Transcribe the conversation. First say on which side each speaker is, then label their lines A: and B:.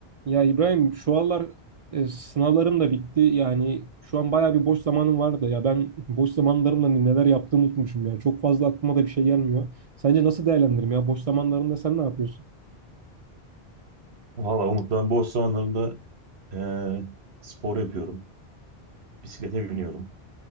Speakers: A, on the right; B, on the right.
A: Ya İbrahim şu aralar e, sınavlarım da bitti. Yani şu an bayağı bir boş zamanım vardı. Ya ben boş zamanlarımda neler yaptığımı unutmuşum ya. Çok fazla aklıma da bir şey gelmiyor. Sence nasıl değerlendiririm ya? Boş zamanlarında sen ne yapıyorsun?
B: Valla Umut ben boş zamanlarımda eee, spor yapıyorum. Bisiklete biniyorum.